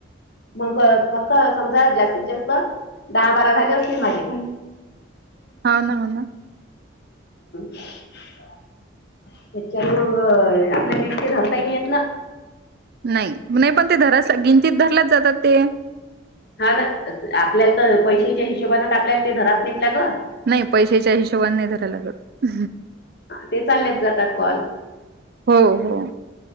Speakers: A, on the left; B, on the right.
A: मग फक्त समजा जास्तीत जास्त दहा बारा झाले असतील माझे.
B: हां ना, हो ना.
A: <unintelligible> त्याच्यावर मग आपल्या <unintelligible> घेतला.
B: नाही नही पण ते धरस गिंनतीत धरल्याच जातात ते.
A: हा ना आपल्याला तर पैशाच्या हिशोबान आपल्याला ते धराच नेतला ग.
B: नाही पैशच्या हिशोबान नाही धरायला लागत.
A: ते चाललेच जातात कॉल.
B: हो हो.